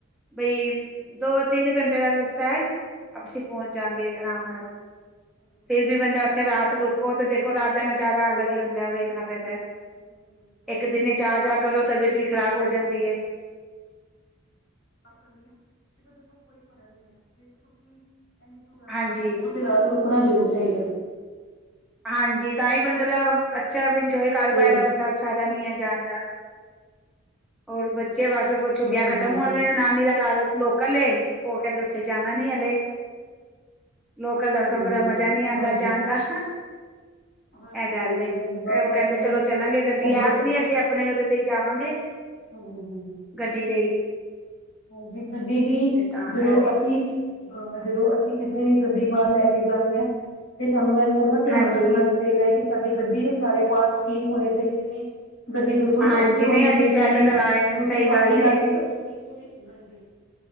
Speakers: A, on the left; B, in the centre.
A: ਜੀ
B: ਬਈ
A: ਹਾਂਜੀ ਹਾਂ,
B: ਦੋ -ਤਿੰਨ ਘੰਟੇ ਦਾ ਰਸਤਾ ਹੈ ਅਸੀਂ ਪਹੁੰਚ ਜਾਣਗੇ
A: ਹਾਂਜੀ ਹਾਂਜੀ
B: ਆਰਾਮ ਨਾਲ
A: ਹਾਂਜੀ
B: ਫੇਰ ਵੀ
A: ਕੌਂਟੈਕਟ
B: ਬੰਦਾ ਉੱਥੇ
A: ਹੈ ਤਾਂ
B: ਰਾਤ ਰੁਕੋ ਤੇ ਦੇਖੋ ਰਾਤ ਦਾ ਨਜ਼ਾਰਾ ਅਲਗ ਹੀ ਹੁੰਦਾ ਉਹ ਵੇਖਣਾ ਪੈਂਦਾ
A: ਠੀਕ ਹੈ ਪਿੰਡ ਬਿਲਕੁਲ
B: ਇੱਕ ਦਿਨੇ 'ਚ ਆ
A: ਬਿਲਕੁਲ
B: ਜਾ ਕਰੋ ਤਬੀਅਤ ਵੀ ਖ਼ਰਾਬ ਹੋ ਜਾਂਦੀ ਹੈ
A: ਕਰਨੀ ਏਹ ਦੇਖੋ ਕੋਈ ਫਰਕ ਨੀ ਹੈ। ਜੇ ਤੁਸੀਂ ਇਨੀ ਦੁਰ ਆ
B: ਹਾਂਜੀ
A: ਰਹੇ ਹੋ। ਫੇਰ ਰਾਤ ਰੁਕਣਾ ਜ਼ਰੂਰ ਚਾਹੀਦਾ ਹੈ।
B: ਹਾਂਜੀ, ਤਾਂ ਹੀ ਬੰਦੇ ਦਾ ਅੱਛਾ ਇੰਜੋਏ ਕਰ
A: ਤੇ
B: ਪਾਏਗਾ ਬੰਦਾ। ਫਾਇਦਾ ਨਹੀਂ ਹੈ ਜਾਣਦਾ। ਹੋਰ ਬਚ ਬਸ ਛੁੱਟੀਆਂ
A: ਹਾਂਜੀ
B: ਖਤਮ
A: ਹਾਂਜੀ
B: ਹੋ
A: ਹਾਂਜੀ
B: ਰਹੀਆ ਹਨ। ਨਾਨੀ ਦਾ ਘਰ ਲੋਕਲ ਐ। ਉਹ ਕਹਿੰਦੇ ਉੱਥੇ ਜਾਣਾ ਨੀ ਹਲੇ। ਲੋਕਲ ਦਾ ਉਥੋਂ
A: ਹਾਂਜੀ
B: ਪਤਾ ਮਜਾ ਨਹੀਂ ਆਉਂਦਾ ਜਾਣ ਦਾ।
A: ਹਾਂਜੀ
B: ਇਹ
A: ਹਾਂਜੀ
B: ਗੱਲ ਏ।
A: ਹਾਂਜੀ ਬਸ
B: ਉਹ
A: ਇਹ
B: ਕਹਿੰਦੇ
A: ਨਾ
B: ਚਲੋ ਚੱਲਾਂਗੇ ਗੱਡੀ
A: ਉਹ
B: ਐ
A: ਬ
B: ਆਪ ਨੀ, ਅਸੀਂ ਆਪਣੇ ਉਹਦੇ ਤੇ ਹੀ ਜਾਵਾਂਗੇ।
A: ਹੂੰ-ਹੂੰ, ਹੂੰ।
B: ਗੱਡੀ ਤੇ ਹੀ।
A: ਹਾਂਜੀ, ਗੱਡੀ ਦੀ
B: ਤੇ ਤਾਂ
A: ਜਦੋਂ
B: ਕਰਕੇ
A: ਅਸੀਂ ਹਾਂ, ਜਦੋਂ ਅਸੀਂ ਕਿਸੇ ਵੀ ਗੱਡੀ ਬਾਹਰ ਲੈ ਕੇ ਜਾਂਦੇ ਹਾਂ। ਤੇ ਸਾਨੂੰ ਇਹ ਪੂਰਾ ਧਿਆਨ
B: ਹਾਂਜੀ
A: ਰੱਖਣਾ ਚਾਹੀਦਾ ਹੈ। ਕਿ ਸਾਡੇ ਗੱਡੀ ਦੇ ਸਾਰੇ ਪਾਰਟਸ ਠੀਕ ਹੋਣੇ ਚਾਹੀਦੇ ਨੇ। ਗੱਡੀ ਬਿਲਕੁਲ
B: ਹਾਂਜੀ
A: ਓ ਕੇ ਹੋਣੀ
B: ਨਹੀਂ
A: ਚਾਹੀਦੀ
B: ਅਸੀਂ ਚੈੱਕ
A: ਹੈ।
B: ਕਰਾਏ
A: ਕਿਉਂਕਿ
B: ਨੇ ਸਹੀ
A: ਪਹਾੜੀ
B: ਗੱਲ
A: ਇਲਾਕੇ
B: ਏ
A: ਚ ਅਗਰ ਇੱਕ ਵਾਰੀ, ਹਾਂਜੀ।